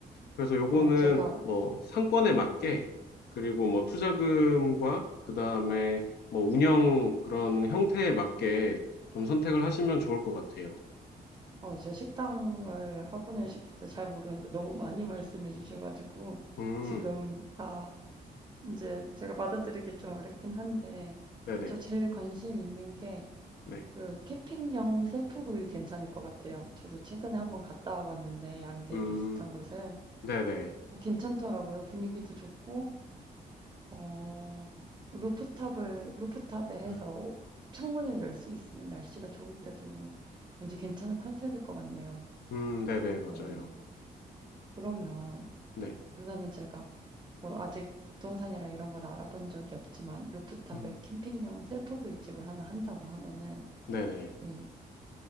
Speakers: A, on the left (about 80°); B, on the right (about 25°).
A: 그래서 요거는
B: 어, 제가,
A: 뭐 상권에 맞게,
B: 예.
A: 그리고 뭐 투자금과 그 다음에 뭐 운영 그런 형태에 맞게 좀 선택을 하시면 좋을 것 같아요.
B: 어, 제 식당을 하고는 싶은데 잘 모르는데 너무 많이 말씀해 주셔가지고,
A: 음,
B: 지금 다 이제 제가 받아들이기 좀 어렵긴 한데,
A: 네네,
B: 저 제일 관심 있는 게,
A: 네,
B: 그 캠핑용 셀프구이 괜찮을 것 같아요. 저도 최근에 한번 갔다 와봤는데 양재
A: 음,
B: 비슷한 곳을
A: 네네.
B: 뭐 괜찮더라고요. 분위기도 좋고 어, 루프탑을, 루프탑에 해서
A: 음.
B: 오- 창문을 열 수 있으면 날씨가 좋을 때도 왠지 괜찮은 컨셉일 것 같네요.
A: 음, 네네, 맞아요.
B: 어, 그러면
A: 네.
B: 우선은 제가 뭐 아직 부동산이랑 이런 건 알아본 적이 없지만 루프탑에
A: 음,
B: 캠핑용 셀프 구이집을 하나 한다고 하면은
A: 네네.
B: 이,